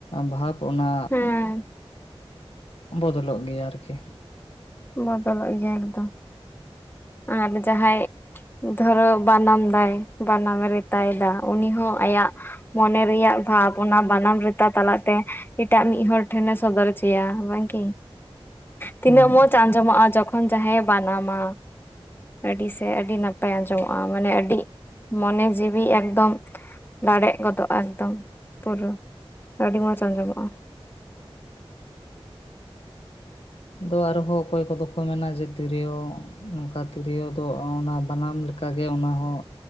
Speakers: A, on the left; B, on the left.
A: ᱵᱷᱟᱵ ᱚᱱᱟ,
B: ᱦᱮᱸ
A: ᱵᱚᱫᱚᱞᱚᱜ ᱜᱮᱭᱟ ᱟᱨᱠᱤ ᱾
B: ᱵᱚᱫᱚᱞᱚᱜ ᱜᱮᱭᱟ ᱮᱠᱫᱚᱢ᱾ ᱟᱨ ᱡᱟᱦᱟᱸᱭ ᱫᱷᱚᱨᱚ ᱵᱟᱱᱟᱢ ᱫᱟᱭ, ᱵᱟᱱᱟᱢᱮ ᱨᱮᱛᱟᱭ ᱫᱟ ᱩᱱᱤ ᱦᱚᱸ ᱟᱭᱟᱜ ᱢᱚᱱᱮ ᱨᱮᱭᱟᱜ ᱵᱷᱟᱵᱽ ᱚᱱᱟ ᱵᱟᱱᱟᱢ ᱨᱮᱛᱟ ᱛᱟᱞᱟᱛᱮ ᱮᱴᱟᱜ ᱢᱤᱫ ᱦᱚᱲ ᱴᱷᱮᱱᱮ ᱥᱚᱫᱚᱨ ᱦᱚᱪᱚᱭᱟ ᱵᱟᱝᱠᱤ ᱛᱤᱱᱟᱹᱜ
A: ᱦᱮᱸ
B: ᱢᱚᱸᱡᱽ ᱟᱸᱡᱚᱢᱚᱜᱼᱟ ᱡᱚᱠᱷᱚᱱ ᱡᱟᱦᱟᱸᱭᱮ ᱵᱟᱱᱟᱢᱟ᱾ ᱟᱹᱰᱤ ᱥᱮ ᱟᱹᱰᱤ ᱱᱟᱯᱟᱭ ᱟᱸᱡᱚᱢᱚᱜᱼᱟ ᱢᱟᱱᱮ ᱟᱹᱰᱤ, ᱢᱚᱱᱮ ᱡᱤᱣᱤ ᱮᱠᱫᱚᱢ ᱨᱟᱲᱮᱡ ᱜᱚᱫᱚᱜᱼᱟ ᱮᱠᱫᱚᱢ ᱯᱩᱨᱟᱹ, ᱟᱹᱰᱤ ᱢᱚᱸᱡᱽ ᱟᱸᱡᱚᱢᱚᱜᱼᱟ᱾
A: ᱟᱫᱚ ᱟᱨᱦᱚᱸ ᱚᱠᱚᱭ ᱠᱚᱫᱚ ᱠᱚ ᱢᱮᱱᱟ ᱡᱮ ᱛᱤᱨᱭᱳ, ᱱᱚᱝᱠᱟ ᱛᱤᱨᱭᱳ ᱫᱚ ᱚᱱᱟ ᱵᱟᱱᱟᱢ ᱞᱮᱠᱟ ᱚᱱᱠᱟ ᱜᱮ ᱚᱱᱟ ᱦᱚᱸ,